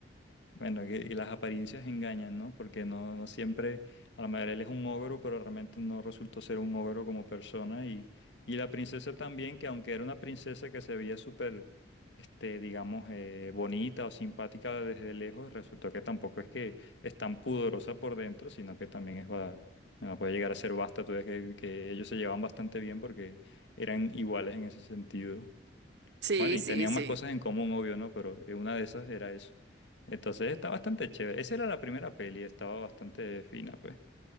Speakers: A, on the left (about 70°); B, on the right (about 60°).
A: Bueno, que- y las apariencias engañan, ¿no? Porque no, no siempre, a la mayoría él es un ogro, pero realmente no resultó ser un ogro como persona. Y, y la princesa también, que aunque era una princesa que se veía súper, este, digamos, eh, bonita o simpática desde lejos, resultó que tampoco es que es tan pudorosa por dentro, sino que también es, va, bueno, puede llegar a ser basta. Tú ves que, que ellos se llevan bastante bien porque eran iguales en ese sentido.
B: Sí,
A: Bueno, y
B: sí,
A: tenían
B: sí.
A: más cosas en común, obvio, ¿no? Pero eh, una de esas era eso. Entonces está bastante chévere. Esa era la primera peli, estaba bastante fina, pues.